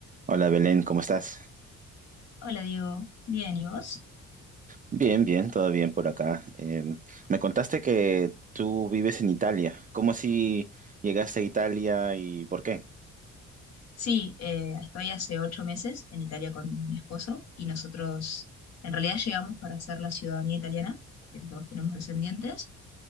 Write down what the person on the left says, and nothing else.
Hola Diego, bien, ¿y vos?
Sí, eh, estoy hace ocho meses en Italia con mi esposo y nosotros en realidad llegamos para hacer la ciudadanía italiana, porque los dos tenemos descendientes